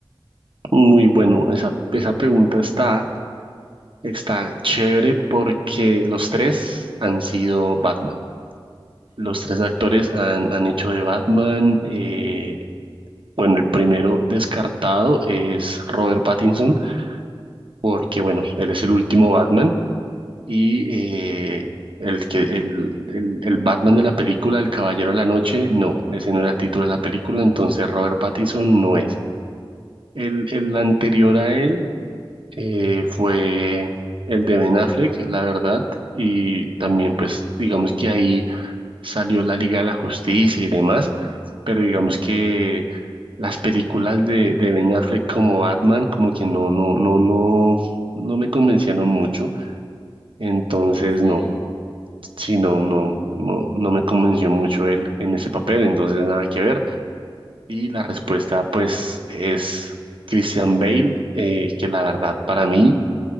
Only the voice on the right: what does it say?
Muy bueno. Esa, esa pregunta está, está chévere porque los tres han sido Batman. Los
tres actores han, han hecho de Batman. eh, bueno, el primero descartado es Robert Pattinson porque, bueno, él es el último Batman y eh, el, que, el, el, el Batman de la película, El Caballero de la Noche, no, ese no era el título de la película, entonces Robert Pattinson no es. El, el anterior a él eh, fue el de Ben Affleck, la verdad, y también pues digamos que ahí salió la Liga de la Justicia y demás, pero digamos que las películas de, de Ben Affleck como Batman como que no, no, no, no, no me convencieron mucho, entonces
no, sí, no, no, no, no me convenció mucho él en ese papel, entonces nada que ver. Y la respuesta, pues, es Christian Bale, eh, que la verdad para mí